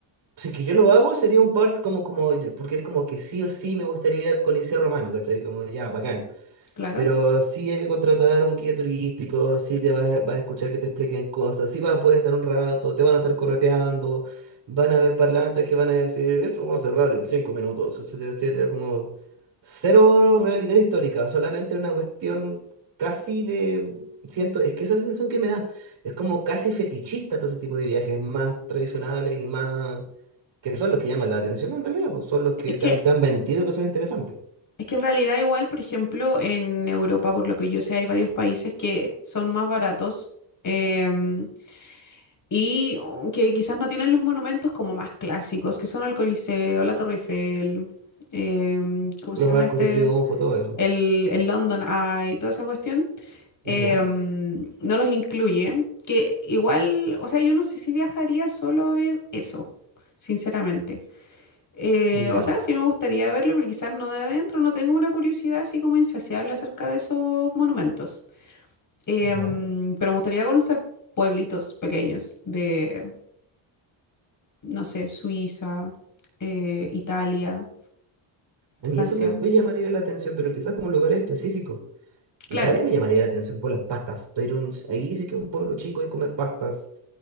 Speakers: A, on the right; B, on the left.
A: Si es que yo lo hago, sería un part como, como, porque es como que sí o sí me gustaría ir al Coliseo Romano, ¿cachai? Como ya, bacán.
B: claro.
A: Pero sí hay que contratar un guía turístico, sí te vas, a vas a escuchar que te expliquen cosas, sí vas a poder estar un rato, te van a estar correteando, van a haber parlantes que van a decir, esto va a cerrar en cinco minutos, etcétera, etcétera. Como cero realidad histórica, solamente una cuestión casi de, siento, es que esa es la sensación que me da. Es como casi fetichista todo ese tipo de viajes más tradicionales y más que son los que llaman la atención en realidad, pues son los que
B: Es que,
A: te han, te han vendido que son interesantes.
B: es que en realidad igual, por ejemplo, en Europa, por lo que yo sé, hay varios países que son más baratos em, y oh, que quizás no tienen los monumentos como más clásicos, que son el Coliseo, la Torre Eiffel, em, ¿cómo
A: Los
B: se llama
A: arcos
B: este?
A: de triunfo, todo eso.
B: El, el London Eye, toda esa cuestión. eh,
A: Ya,
B: mm, no los incluye, que igual, o sea, yo no sé si viajaría solo a ver eso, sinceramente. Eh,
A: ya,
B: o sea, sí me gustaría verlo, pero quizás no de adentro, no tengo una curiosidad así como insaciable acerca de esos monumentos. Eh,
A: ya.
B: mm, pero me gustaría conocer pueblitos pequeños de, no sé, Suiza, eh, Italia,
A: A
B: Francia.
A: mí eso me, me llamaría la atención, pero quizás como lugares específicos.
B: Claro.
A: Italia me llamaría la atención por las pastas, pero un- ahí sí que es un pueblo chico hay comer pastas